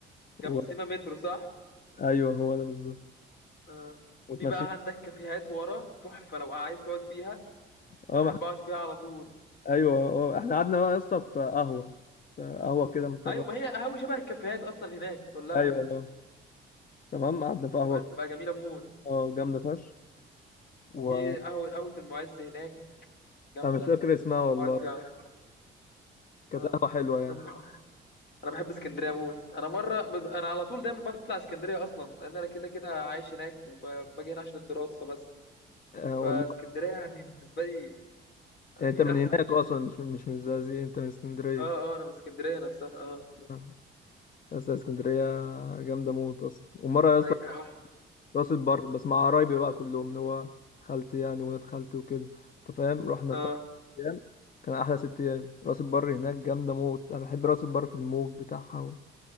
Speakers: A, on the left; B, on the left.
A: جنب
B: و...
A: سيما مترو صح
B: ايوه هو ده بالظبط
A: اه
B: واتمشينا
A: في بقى عندك كافيهات ورا تحفه لو عايز تقعد فيها بحب
B: اه مح...
A: اقعد فيها على طول
B: ايوه اه احنا قعدنا بقى يا اسطى في قهوة في قهوة كده مضطرة
A: ايوه ما هي قهوه شبه الكافيهات اصلا هناك كلها
B: ايوه اه تمام قعدنا في قهوة
A: تبقى تبقى جميله موت
B: اه جامدة فشخ و
A: في قهوه قهوه المعز هناك جامده
B: انا مش فاكر اسمها والله
A: اقعد فيها على
B: كانت
A: اه
B: قهوة حلوة يعني
A: استنى. انا بحب اسكندريه موت انا مره بب- انا على طول دايما بطلع اسكندريه اصلا لان انا كده كده عايش هناك وباجي هنا عشان الدراسه بس
B: آه والله
A: فاسكندريه يعني بالنسبه لي اكيد
B: يعني انت من
A: احسن
B: هناك
A: من هنا
B: اصلا مش مش من الزقازيق انت من اسكندريه
A: اه اه انا من اسكندريه نفسها اه
B: آه. بس اسكندريه جامده موت اصلا ومره
A: رايقه
B: يا اسطى
A: قوي
B: راس البر بس مع قرايبي بقى كلهم اللي هو خالتي يعني ولاد خالتي وكده انت فاهم رحنا
A: اه
B: بتاع ست ايام كان احلى ست ايام راس البر هناك جامده موت انا بحب راس البر في الموج بتاعها